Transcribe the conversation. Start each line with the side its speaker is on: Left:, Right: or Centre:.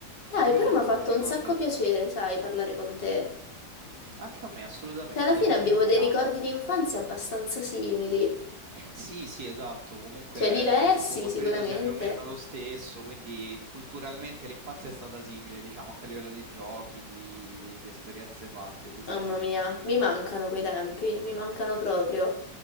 Left: Dai,
Right: Io
Left: però mi ha fatto
Right: ricordo.
Left: un sacco piacere, sai, parlare con te.
Right: Anche a me, assolutamente,
Left: Cioè, alla fine
Right: ci risentiamo.
Left: abbiamo dei ricordi di infanzia abbastanza simili,
Right: Sì, sì, esatto, comunque
Left: cioè diversi
Right: eh, suppongo il
Left: sicuramente.
Right: periodo sia più o meno lo stesso, quindi culturalmente l'infanzia è stata simile, diciamo, anche a livello di giochi, di, di esperienze fatte, sì, sì,
Left: Mamma
Right: sì,
Left: mia, mi mancano quei tempi, mi mancano proprio.